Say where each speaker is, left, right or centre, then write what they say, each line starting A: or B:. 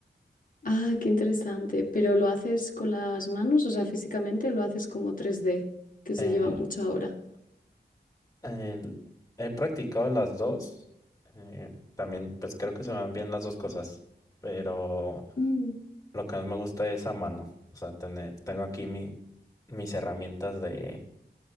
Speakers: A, on the left; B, on the left.
A: Ah, qué interesante. ¿Pero lo haces con las manos? O sea, físicamente o lo haces como tres d que
B: Eh,
A: se lleva mucho ahora.
B: el- he practicado las dos, eh, también pues creo que se me van bien las dos cosas, pero
A: Mm.
B: lo que más me gusta es a mano, o sea, tener, tengo aquí mi, mis herramientas de,